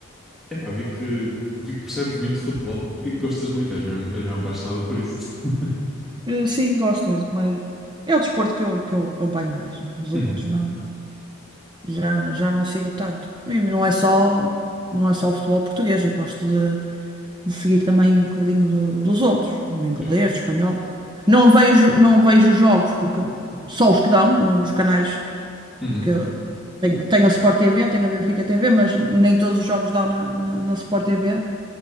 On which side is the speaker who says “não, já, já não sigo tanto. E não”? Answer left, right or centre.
Right